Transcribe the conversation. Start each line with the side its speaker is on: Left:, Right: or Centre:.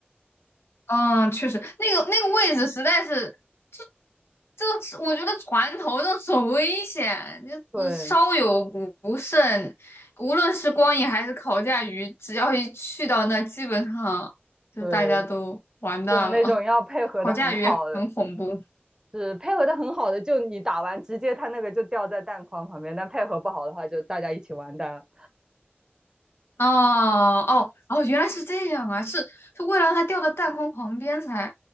Left: 嗯，确实，那个那个位置实在是，这这是我觉得船头那很危险，你嗯稍有不不慎，
Right: 对
Left: 无论是光影还是烤架鱼，只要一去到那，基本上就大家都完蛋了。
Right: 对，就那种要配合的很好的。
Left: <laughs> 烤架鱼也很恐怖。
Right: 是配合的很好的，就你打完直接他那个就掉在弹框旁边，但配合不好的话就大家一起完蛋。
Left: 哦哦哦，原来是这样啊！是是为了让它掉到弹框旁边才。